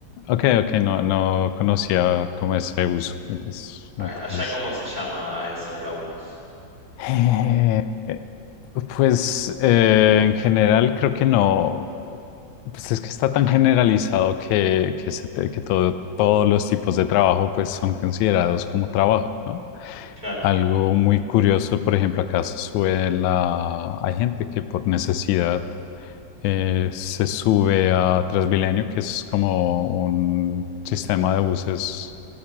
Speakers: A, on the left; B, on the right.
A: Ok, ok, no, no conocía como ese uso. Y pues
B: A-
A: me parece.
B: Allá, ¿cómo se llama a esos laburos?
A: Eh, Pues eh, en general creo que no, pues es que está tan generalizado que, que, se te- que todo- todos los tipos de trabajo pues son considerados como trabajo, ¿no?
B: Claro,
A: Algo muy curioso, por ejemplo, acá se sube la, hay gente que por necesidad eh, se sube a Transmilenio, que es como un sistema de buses